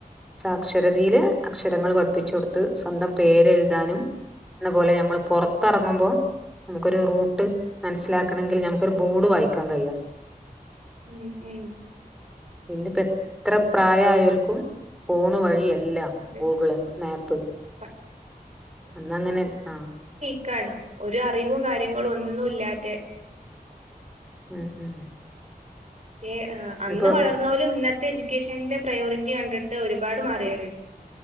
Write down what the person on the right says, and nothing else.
മ് മ്
അതെ
പ
കക്കാണ് ഒര് അറിവും കർ <unintelligible> ഒന്നും ഇല്ലാത്തെ
ഏഹ് അന്ന്
വളർന്നോലും ഇന്നത്തെ എ ക്കേഷന്റെ പ്രയോറിറ്റി കണ്ടിട്ട് ഒരുപാട് മാറിയവരുണ്ട്